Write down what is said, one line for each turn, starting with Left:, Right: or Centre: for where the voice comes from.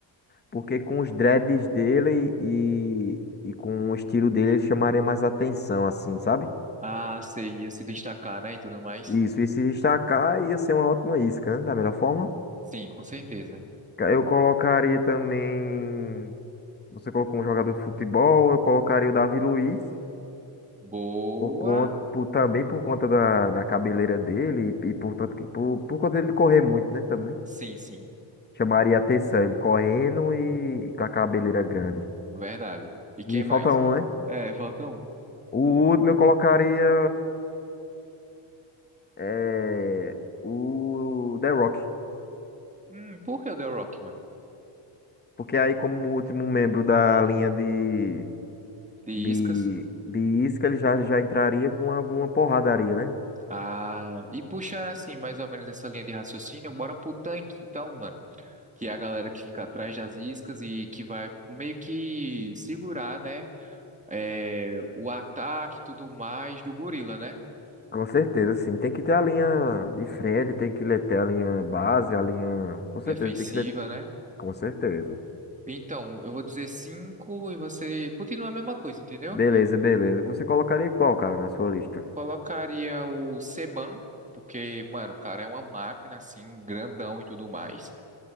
Left: porque com os dreads dele e, e com o estilo dele ele chamaria mais atenção, assim, sabe?
Right: Ah, sei, ia se destacar, né, e tudo mais.
Left: Isso, e se destacar ia ser uma ótima isca, né? Da melhor forma.
Right: Sim, com certeza.
Left: Ca- Eu colocaria também. Você colocou um jogador de futebol, eu colocaria o Davi Luiz,
Right: Boa.
Left: por conta, por, também por conta da, da cabeleira dele e, e por, tanto que- por, por conta dele correr muito, né? Também.
Right: Sim, sim,
Left: Chamaria atenção, ele correndo e com a cabeleira grande.
Right: verdade. E quem
Left: E
Right: mais?
Left: falta um, né?
Right: É, falta um.
Left: O último eu colocaria é, o The Rock.
Right: Hum, por que o The Rock, mano?
Left: Porque aí, como último membro da linha de,
Right: De Iscas.
Left: de, de isca, ele já, já entraria com alguma porradaria, né?
Right: Ah, e puxar assim, mais ou menos essa linha de raciocínio, bora pro tanque, então, mano. Que é a galera que fica atrás das iscas e que vai meio que segurar, né? É, o ataque e tudo mais do gorila, né?
Left: Com certeza, sim. Tem que ter a linha de frente, tem que ter a linha base, a linha. Com certeza,
Right: Defensiva,
Left: tem que ser.
Right: né?
Left: Com certeza.
Right: Então, eu vou dizer cinco e você continua a mesma coisa, entendeu?
Left: Beleza, beleza. Você colocaria qual, cara, na sua lista?
Right: Colocaria o Seban, porque, mano, o cara é uma máquina, assim, grandão e tudo mais.